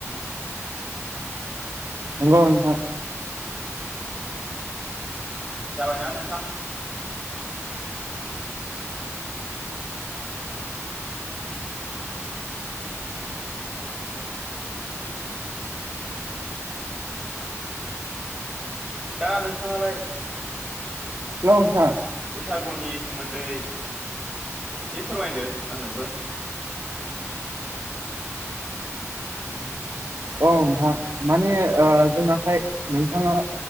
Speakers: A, on the right; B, in the centre.
A: नंगौ नोंथां
B: जाबायना नोंथां दा नोंथाङालाय
A: लथां
B: बैसागुनि सोमोन्दै एसे फोरमायदो आंनोबो
A: औ नोंथां माने
B: औ
A: ओ जोंनाहाय नोंथाङा